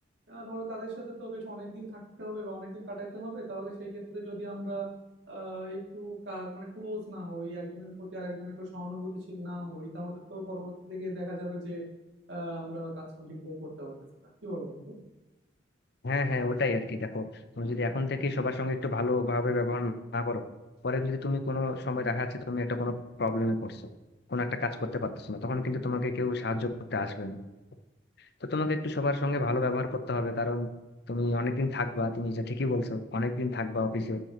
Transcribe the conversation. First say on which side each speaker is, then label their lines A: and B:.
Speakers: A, on the right; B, on the left.
A: আহ, ধরো তাদের সাথে তো বেশ অনেকদিন থাকতে হবে বা অনেকদিন কাটাইতে হবে তাহলে সেই ক্ষেত্রে যদি আমরা আহ, একটু কা- মানে ক্লোজ না হই একজনের প্রতি আর একজনের একটু সহানুভূতিশীল না হই তাহলে তো পরবর্তী থেকে দেখা যাবে যে আহ, আমরা কাজ কাম ঠিকভাবে করতে পারতেছি না কি বলো বন্ধু
B: হ্যাঁ হ্যাঁ ওটাই আর কি দেখো তুমি যদি এখন থেকে সবার সঙ্গে একটু ভালোভাবে ব্যবহার না করো পরে যদি তুমি কোনো সময় দেখা যাচ্ছে তুমি একটা কোনো প্রবলেমে পড়ছো কোনো একটা কাজ করতে পারতেছো না তখন কিন্তু তোমাকে কেউ সাহায্য করতে আসবে না তো তোমাকে একটু সবার সঙ্গে ভালো ব্যবহার করতে হবে কারণ তুমি অনেকদিন থাকবা তুমি যা ঠিকই বলছো অনেকদিন থাকবা অফিসে